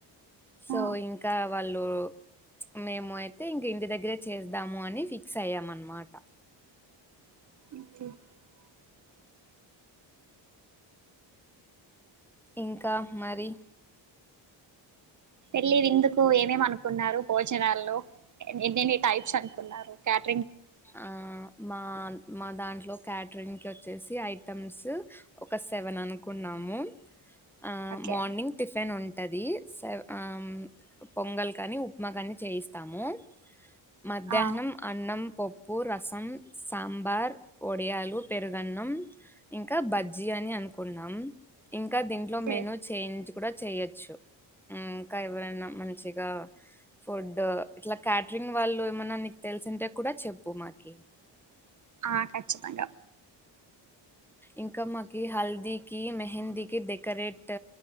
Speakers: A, in the centre; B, on the right.
A: సో
B: ఆ
A: ఇంకా వాళ్ళు మేము అయితే ఇంక ఇంటి దగ్గరే చేద్దాము అని ఫిక్స్ అయ్యాం అనమాట్ ట
B: <unintelligible>
A: ఇంకా మరి
B: పెళ్ళి విందుకు ఏమేమి అనుకున్నారు భోజనాల్లో, ఎన్నెన్ని టైప్స్ అనుకున్నారు క్యాట్
A: ఆ మా మా దాంట్లో క్యాటరింగ్కి వచ్చేసి ఐటమ్స్ ఒక సెవెన్ అనుకున్నాము ఆ
B: ఓకే
A: మార్నింగ్ టిఫిన్ ఉం టది సేవ్ అం పొంగల్ కాని ఉప్మా కాని చేయిస్తాము మధ్యాహ్నం
B: ఆ
A: అన్నం పో ప్పు, రసం, సాంబార్, వడియాలు, పెరుగన్నం ఇంకా బజ్జీ అని అనుకున్నాం ఇంకా దీంట్లో
B: ఓకే
A: మెను చేంజ్ కూడా చెయొచ్చు ఇంకా ఎవరైనా మంచిగా ఫుడ్ ఇట్లా క్యాటరింగ్ వాళ్ళు ఏమన్నా నీకు తెలిసుంటే కూడా చెప్పు మాకి
B: ఆ ఖచ్చితంగా
A: ఇంకా మాకి హల్దీకి మెహందీకి డెకరేట్